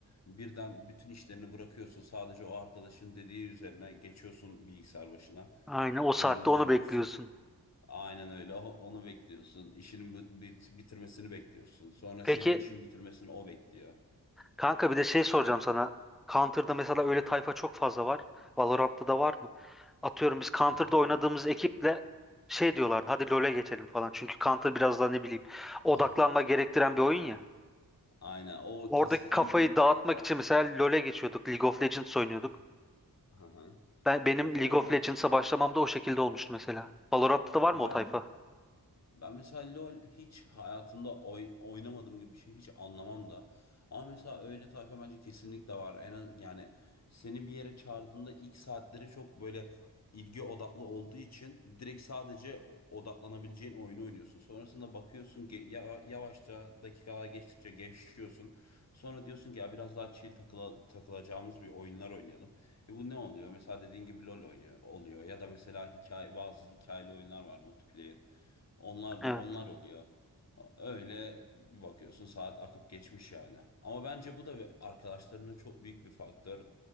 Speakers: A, on the left; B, in the centre.
A: birden bütün işlerini bırakıyorsun sadece o arkadaşın dediği üzerine geçiyorsun bilgisayar başına
B: Aynen o
A: oyununu
B: saatte onu
A: oynuyorsun.
B: bekliyorsun.
A: Aynen öyle O- onu bekliyorsun işinin bit- bit- bitirmesini bekliyorsun sonra
B: Peki
A: senin işin bitirmesini o bekliyor.
B: kanka bir de şey soracağım sana. Counter'da mesela öyle tayfa çok fazla var. Valorant'ta da var mı? Atıyorum biz Counter'da
A: Hı hı.
B: oynadığımız ekiple şey diyorlardı hadi LoL'e geçelim falan. Çünkü Counter biraz daha ne bileyim
A: Oh.
B: odaklanma gerektiren bir oyun ya.
A: Aynen o
B: Oradaki
A: kesinlikle
B: kafayı
A: öyle
B: dağıtmak
A: zaten.
B: için mesela LoL'e geçiyorduk. League of Legends oynuyorduk.
A: Hı hı.
B: Ben, benim
A: O
B: League of
A: ben
B: Legends'a başlamam da o şekilde olmuştu mesela. Valorant'ta da var
A: ben
B: mı o tayfa?
A: Ben mesela LoL hiç hayatımda oy- oynamadığım gibi bir şey hiç anlamam da. Ama mesela öyle tayfa bence kesinlikle var. En az, yani seni bir yere çağırdığında ilk saatleri çok böyle ilgi odaklı olduğu için direkt sadece o- odaklanabileceğin oyunu oynuyorsun. Sonrasında bakıyorsun ge- ya- yavaşça dakikalar geçtikçe gevşiyorsun. Sonra diyorsun ki ya biraz daha chill takıla- takılacağımız bir oyunlar oynayalım. E bu ne oluyor? Mesela dediğin gibi LoL oynuyor oluyor ya da mesela hikaye bazı hikayeli oyunlar var multiplayer. Onlar
B: Evet.
A: onlar oluyor. Öyle bir bakıyorsun saat akıp geçmiş yani. Ama bence bu da ve- arkadaşlarına çok büyük bir faktör